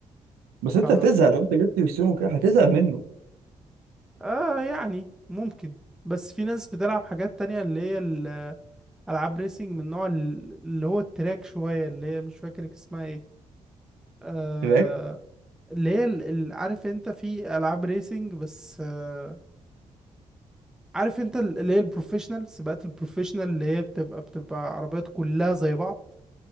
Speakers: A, on the right; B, in the centre.
A: بس انت
B: ف
A: هتزهق لو انت جبت بيستون وكده هتزهق منه
B: اه يعني ممكن بس في ناس بتلعب حاجات تانية اللي هي ال- ألعاب ريسنج من نوع ال- اللي هو التراك شوية اللي هي مش فاكر اسمها ايه آه
A: سباق
B: اللي هي ال- ال- عارف انت في ألعاب ريسنج بس آه عارف انت ال- اللي هي البروفيشنال سباقات البروفيشنال اللي هي بتبقى بتبقى عربيات كلها زي بعض